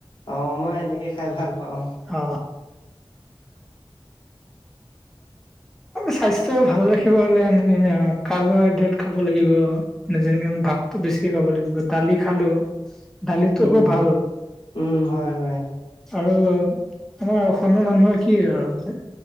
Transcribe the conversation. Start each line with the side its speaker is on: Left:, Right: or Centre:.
Left: অ মই সেনেকে খাই ভাল পাওঁ।
Centre: অ স্বাস্থ্য ভাল ৰাখিব হলে আমি কাৰ্বহাইড্ৰেট খাব লাগিব। মানে যেনেকে আমি ভাতো বেছিকে খাব লাগিব দালি খালোঁ। দালিতো
Left: উম
Centre: খুব ভাল।
Left: উম হয় হয়
Centre: আৰু আমাৰ অসমীয়া মানুহে কি আৰু